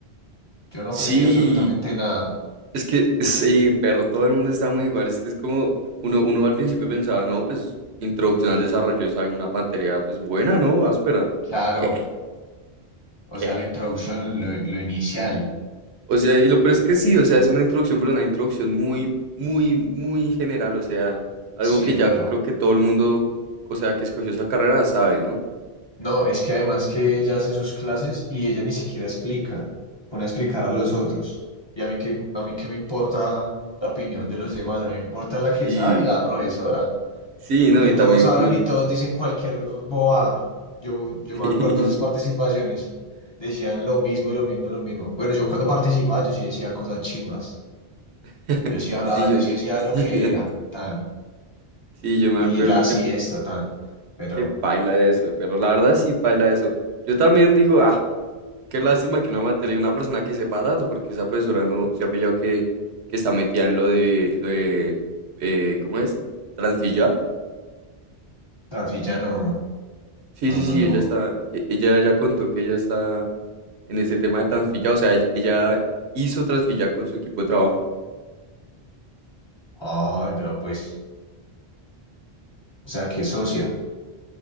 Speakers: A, on the left; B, on the right.
A: Yo no
B: Sí,
A: aprendí absolutamente nada.
B: es que sí, perro, todo el mundo está muy igual. Es que es como uno, uno al principio pensaba, no, pues introducción al desarrollo es alguna materia, pues buena, ¿no? Áspera.
A: Claro,
B: ¿Qué?
A: o
B: ¿Qué?
A: sea, la introducción, lo, lo inicial.
B: O sea, y lo peor es que sí, o sea, es una introducción, pero una introducción muy, muy, muy general. O sea, algo
A: Sí,
B: que
A: perro.
B: ya creo que todo el mundo, o sea, que escogió esa carrera sabe, ¿no?
A: No, es que además que ella hace sus clases y ella ni siquiera explica, pone a explicar a los otros. Y a mí que a mí qué me importa la opinión de los demás, a mí me importa la que
B: Sí,
A: sabe y la profesora,
B: sí,
A: porque
B: no, y
A: todos
B: también
A: hablan
B: con.
A: y todos dicen cualquier boba. Yo, yo
B: <laughs>
A: me acuerdo de esas participaciones, decían lo mismo y lo mismo y lo mismo. Bueno, yo cuando participaba yo sí decía cosas chimbas,
B: <laughs>
A: yo sí hablaba,
B: Sí, yo,
A: yo sí decía
B: sí,
A: lo que
B: <laughs>
A: era, tan.
B: sí, yo me
A: Y
B: acuerdo
A: ella así
B: que,
A: es total, pero
B: que paila eso, pero la verdad sí paila eso. Yo también digo, ah, qué lástima que una materia y una persona que sepa tanto, porque esa profesora no se ha pillado que, que está metida en lo de, lo de, eh, ¿cómo es? ¿Transfilla?
A: Rafilla no,
B: Sí,
A: no,
B: sí,
A: no,
B: sí,
A: no.
B: ella está, e- ella ya contó que ella está en ese tema de transfilla, o sea, ella hizo transfilla con su equipo de trabajo.
A: Ay, pero pues, o sea, ¿qué socia?